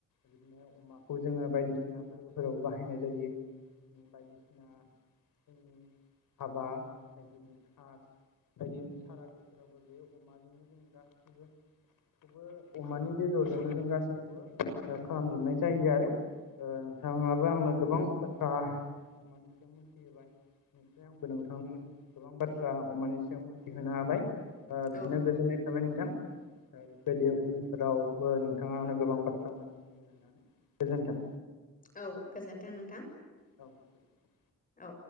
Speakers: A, on the left; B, on the left.
A: बिदिनो अमाखौ जोङो बायदिसिना फोरबोफोराव बाहायनाय जायो बायदिसिना जोंनि हाबा बिनि खास बायदि सारादुफोरावबो बेयो अमाजोंनो जों गासैबो खौबो अमानि बेदरजोंनो जों गासैखौबो ओ खालामजोबनाय जायो आरो। ओ नोंथाङाबो आंनो गोबां बाथ्रा अमानि सायाव मोनथिहोबाय आमफ्राय आंबो नोंथांनो गोबां बाथ्रा अमानि सायाव मोनथिहोनो हाबाय। ओ बिदिनो
B: औ
A: गोजोननाय थाबाय नोंथां। बेफोरबायदि उनफोराव बो नोंथाङा आंनो गोबां बाथ्रा मिथिहोगोन होननानै गोजोनथों।
B: औ गोजोन्थों नोंथां।
A: औ गोजोन्थों।
B: औ।